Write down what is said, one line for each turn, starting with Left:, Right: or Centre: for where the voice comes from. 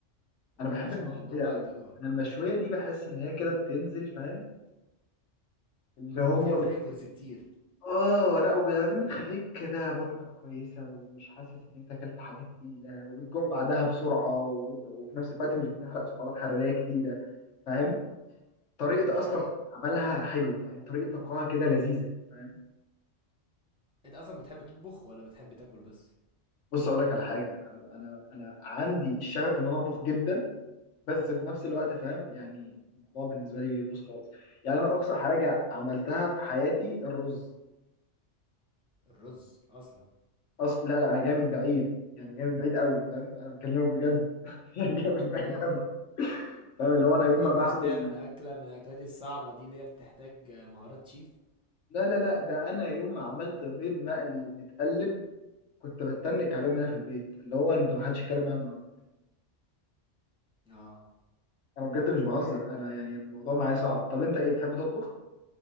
Centre: وكان
Left: انا بحب
Centre: عشان
Left: المشوية
Centre: هو عندهم اعتقاد
Left: قوي انا المشوية دي بحس ان هي كده بتنزل فاهم اللي
Centre: بيبقى
Left: هو
Centre: فيها فليفرز كتير
Left: اه لا وبعدين بتخليك كده بطنك كويسة ومش حاسس ان انت اكلت حاجة تقيلة وبتجوع بعدها بسرعة وإن- وفي نفس الوقت مش بتحرق سعرات حرارية كتيرة فاهم طريقة
Centre: دي
Left: اصلا
Centre: حقيقة
Left: عملها حلوة يعني طريقة طبخها كده لذيذة فاهم
Centre: انت اصلا بتحب تطبخ ولا بتحب تاكل بس
Left: بص اقول لك على حاجة انا انا انا عندي الشغف ان انا اطبخ جدا بس في نفس الوقت فاهم يعني الموضوع بالنسبة لي بيبوظ خالص يعني انا اقصى حاجة عملتها في حياتي الرز
Centre: الرز اصلا
Left: اصل لا لا انا جاي من بعيد يعني جاي من بعيد قوي فاهم انا بكلمك بجد <laughs> يعني جاي من بعيد
Centre: اه
Left: قوي فاهم اللي هو انا
Centre: مجربتش
Left: يوم ما بعمل
Centre: تعمل اكلة من الاكلات الصعبة دي اللي هي بتحتاج مهارات شيف
Left: لا لا لا ده انا يوم ما عملت بيض مقلي متقلب كنت بتنك عليهم هنا في البيت اللي هو انت ما حدش يتكلم عنه النهارده
Centre: اه
Left: انا بجد مش بهزر انا يعني الموضوع معايا صعب طب انت ايه بتحب تطبخ